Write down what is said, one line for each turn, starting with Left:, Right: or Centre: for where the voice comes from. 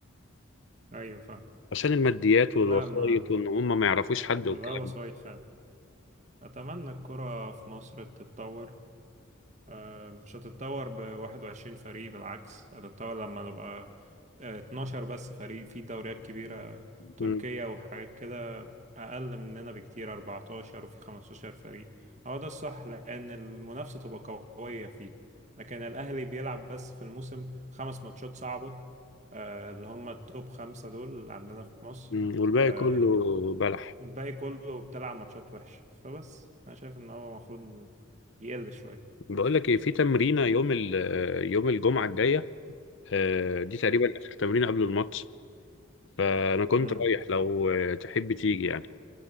Right: ايوه فاهم
Left: عشان الماديات والوسائط
Right: لا ما
Left: وإن هم ما يعرفوش حد
Right: كلها
Left: والكلام
Right: وسايط
Left: ده
Right: فعلا اتمنى الكرة في مصر تتطور آه، مش هتتطور ب 21 فريق بالعكس هتتطور لما نبقى آه، 12 بس فريق في دوريات كبيرة تركيا
Left: مم.
Right: وحاجات كده أقل مننا بكتير 14 وفي 15 فريق هو ده الصح لأن المنافسة تبقى قوية فيه لكن الأهلي بيلعب بس في الموسم خمس ماتشات صعبة آه، اللي هم التوب خمسة دول اللي عندنا في مصر
Left: مم. والباقي
Right: آه،
Left: كله بلح
Right: الباقي كله بتلعب ماتشات وحشة فبس أنا شايف إن هو المفروض يقل شوية
Left: بقول لك إيه في تمرينة يوم ال يوم الجمعة الجاية آه، دي تقريبا آخر تمرينة قبل الماتش فأنا كنت
Right: امم
Left: رايح لو آه، تحب تيجي يعني